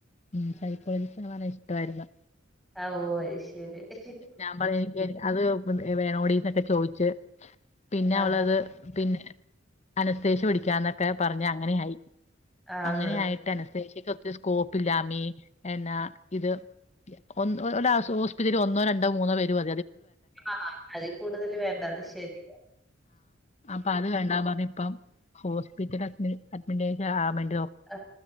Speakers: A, on the left; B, in the centre.
A: ഉം സൈക്കോളജി ആവാനിഷ്ടായിരുന്നു
B: അവോ അ ശരി ഹി ഹി
A: ഞാൻ പറയാ എനിക്ക് അത് വേണോ ടീന്നൊക്കെ ചോയീച്ച് പിന്നെ
B: ആഹാ
A: അവളത് പിന്നെ അ ശേഷം പഠിക്കാന്നൊക്കെ പറഞ്ഞു അങ്ങനെ ആയി
B: ആഹ്
A: അങ്ങനെയായിട്ടന് ഷ് നിക്കൊത്തി സ്കോപ്പില്ല അമ്മേ എന്നാ ഇത് ഒൻ ഒരാസു ഓസ്പിറ്റലില് ഒന്നോ രണ്ടോ മൂന്നോ പേര് വ
B: ആ അതീ കൂടുതല് വേണ്ട അത് ശരി
A: പ്പ അത് വേണ്ടാ പറഞ്ഞിപ്പം ഹോസ്പിറ്റലഡ്മിൻ അഡ്മിനേലാ <unintelligible>
B: അ